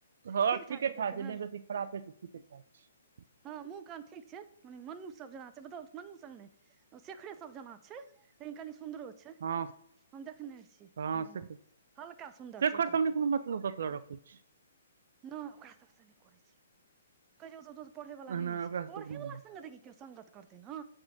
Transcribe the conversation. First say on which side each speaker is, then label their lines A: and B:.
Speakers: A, on the right; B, on the right.
A: हँ
B: ठीक
A: ठीके ठाक
B: देखे मे
A: छै नहि बेसी खराबे छै ठीके ठाक छै
B: हँ मुँह कान ठीक छै मनु सब जेना छै मनु सन नहि शेखरे सब जेना छै लेकिन कनी सुन्दरो छै
A: हँ
B: हम देखने छियै
A: हँ
B: ह
A: से
B: हल्का सुन्दर
A: शेख
B: छै
A: हसन
B: एक रति
A: नहि कोनो मतलब ततलब रखै छै
B: नहि ओकरा सबसँ नहि करै छैै कहय छै उ सब दोस्त पढ़ै पढ़ै वला नहि
A: एना
B: ने छै
A: ओकरा सब
B: पढ़ै
A: हूँ
B: वला से न देखि क्यो सङ्गत करते ने